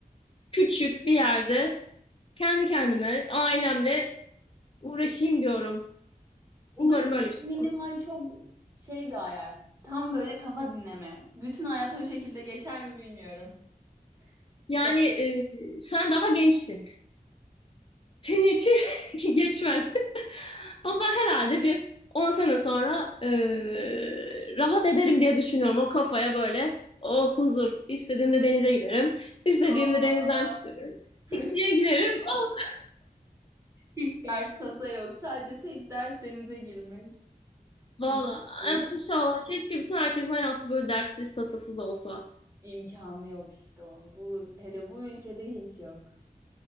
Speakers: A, on the left (about 35°); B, on the right (about 20°).
A: küçük bir yerde kendi kendime, ailemle uğraşayım diyorum.
B: O
A: Umarım
B: da çok
A: öyle bir şey.
B: minimal, çok şey bir hayal. Tam böyle kafa dinleme. Bütün hayatı o şekilde geçer mi bilmiyorum. Son.
A: Yani e, sen daha gençsin. Senin için <laughs> geçmez. <laughs> O da herhalde bir 10 sene sonra eee, rahat ederim diye düşünüyorum. O kafaya böyle o huzur. İstediğimde denize giderim. İstediğimde
B: Aa.
A: denizden çıkarım.
B: <laughs>
A: Pikniğe giderim. <laughs> Oh,
B: Hiç dert tasa yok. Sadece tek dert denize girmek.
A: valla
B: Güzel olur.
A: eh, inşallah. Keşke bütün herkesin hayatı böyle dertsiz tasasız olsa.
B: İmkanı yok işte onun. Bu hele bu ülkede hiç yok.